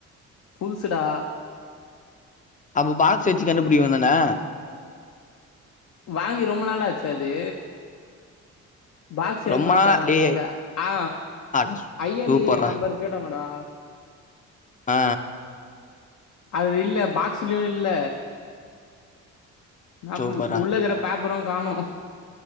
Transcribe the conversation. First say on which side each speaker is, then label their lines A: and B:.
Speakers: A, on the left; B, on the left.
A: புதுசுடா
B: அப்ப பாக்ஸ் வச்சு கண்டுபுடிக்க வேண்டிய தானே
A: வாங்கி ரொம்ப நாளா ஆச்சு அது பாக்ஸ் எங்க
B: ரொம்ப
A: வச்சாங்க
B: நாளா டேய்
A: தெர்ல ஆ
B: ஆட
A: ஐ
B: சூப்பர்ரா
A: எம் இ நம்பர் கேட்டாங்கடா
B: ஆ
A: அது இல்ல பாக்ஸ்லயும் இல்ல ந
B: சூப்பர்ரா
A: உள்ளக்கிற பேப்பரும் காணும்